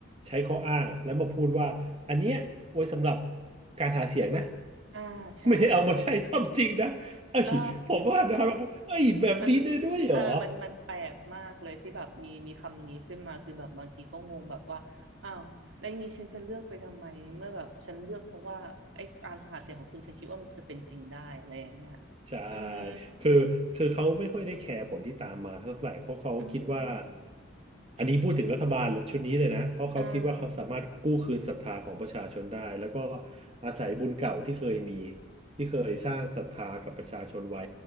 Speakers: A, on the right; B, on the right.
A: ใช้ข้ออ้างอะแล้วมาพูดว่าอันเนี้ยไว้สำหรับการหาเสียงนะ
B: อ่าใช่
A: ไม่ได้เอามาใช้ <laughs> ทำจริงนะ เอ้ยผมว่านะครับว่าเอ้ยแบบนี้ได้ด้วยเหรอ
B: เอ่า มันเออมันมันแปลกมากเลยที่แบบมีมีคำนี้ขึ้นมา คือแบบบางทีก็งงแบบว่าอ้าวแล้วงี้ฉันจะเลือกไปทำไมเมื่อแบบฉันเลือกเพราะว่าไอ้การหาเสียงของคุณฉันคิดว่ามันจะเป็นจริงได้อะไรอย่างเงี้ย
A: ใช่
B: อืม
A: คือคือเขาไม่ค่อยได้แคร์ผลที่ตามมาเท่าไหร่เพราะเขาคิดว่า
B: อืม
A: อันนี้พูดถึงรัฐบาลชุดนี้เลยนะเขาเขาคิดว่าเขาสามารถกู้คืนศรัทธาของประชาชนได้แล้วก็
B: อ่า
A: อาศัยบุญเก่าที่เคยมีที่เคยสร้างศรัทธากับประชาชนไว้